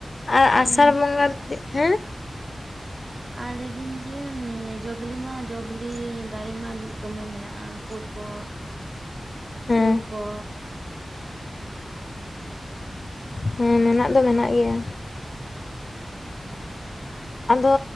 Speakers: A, on the left; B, on the right.
A: ᱟᱨ ᱟᱥᱟᱲ
B: ᱤᱧ
A: ᱵᱚᱸᱜᱟ, ᱦᱮᱸ
B: <unintelligible> ᱟᱨ ᱞᱟᱹᱭᱫᱟᱹᱧ ᱡᱮ ᱡᱚ-ᱵᱤᱞᱤ ᱢᱟ ᱡᱚ-ᱵᱤᱞᱤ ᱫᱟᱨᱮ ᱢᱟ ᱫᱚᱢᱮ ᱢᱮᱱᱟᱜᱼᱟ, ᱠᱩᱫ ᱠᱚ᱾
A: ᱦᱮᱸ
B: ᱩᱞ ᱠᱚ
A: ᱦᱮᱸ ᱢᱮᱱᱟᱜ ᱫᱚ ᱢᱮᱱᱟᱜ ᱜᱮᱭᱟ ᱟᱫᱚ